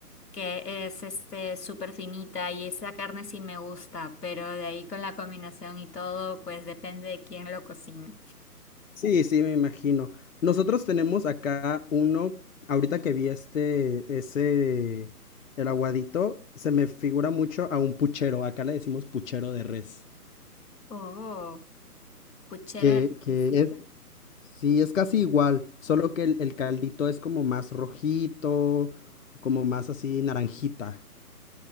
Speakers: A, on the left (about 80°); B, on the left (about 55°).
A: que es este súper finita y esa carne sí me gusta, pero de ahí con la combinación y todo, pues depende de quién lo cocina.
B: Sí, sí, me imagino. Nosotros tenemos acá uno, ahorita que vi este, ese, el aguadito, se me figura mucho a un puchero. Acá le decimos puchero de res.
A: Oh, puchera
B: Que,
A: de
B: que
A: res.
B: es, sí, es casi igual, solo que el, el caldito es como más rojito, como más así naranjita.